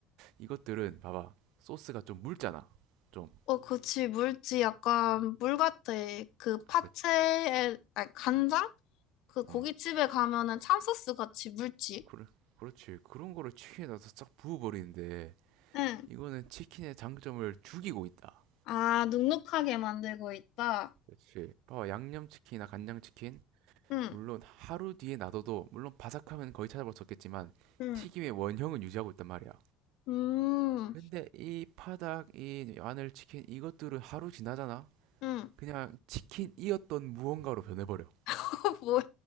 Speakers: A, on the right; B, on the left.
A: 이것들은 봐봐 소스가 좀 묽잖아. 좀
B: 어, 그치. 물지 약간 물 같아. 그 파채에,
A: 그렇지.
B: 아니, 간장? 그 고깃집에
A: 음
B: 가면은 참소스 같이 물지.
A: 그래 그렇지 그런 거를 치킨에 넣어서 싹 부어버리는데
B: 응.
A: 이거는 치킨의 장점을 죽이고 있다.
B: 아, 눅눅하게 만들고 있다.
A: 그렇지. 봐 양념치킨이나 간장치킨,
B: 응,
A: 물론 하루 뒤에 놔둬도, 물론 바삭하면 거의 찾아볼 수 없겠지만
B: 응,
A: 튀김의 원형은 유지하고 있단 말이야.
B: 음,
A: 근데 이 파닭, 이 마늘치킨, 이것들은 하루 지나잖아?
B: 응.
A: 그냥 치킨이었던 무언가로 변해버려.
B: <laughs> 뭐야?